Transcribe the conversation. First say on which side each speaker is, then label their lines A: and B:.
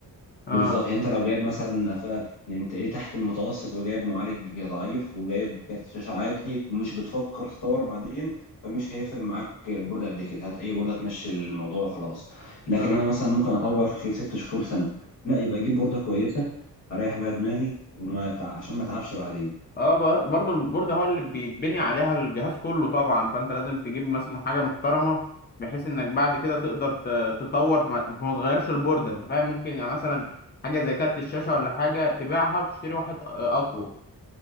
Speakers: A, on the left (about 30°); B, on the left (about 55°).
A: اه
B: بالظبط يعني انت لو جايب مثلا ف... يعني انت ايه تحت المتوسط وجايب معالج ضعيف وجايب كارت شاشه عادي ومش بتفكر تطور بعدين فمش هيفرق معاك البورد قد كده هات اي بورده تمشي الموضوع وخلاص لكن
A: اه
B: انا مثلا ممكن اطور في خلال ست شهور سنه لا يبقى اجيب بورده كويسه اريح بيها دماغي وما تع... عشان ما اتعبش بعدين
A: اه ب- برضو البورد هو اللي بيتبني عليها الجهاز كله طبعا فانت لازم تجيب مثلا حاجه محترمه بحيث انك بعد كده تقدر ت- تطور فما فما تغيرش البورده انت فاهم ممكن يعني مثلا حاجه زي كارت الشاشه ولا حاجه تبيعها وتشتري واحد آه، اقوى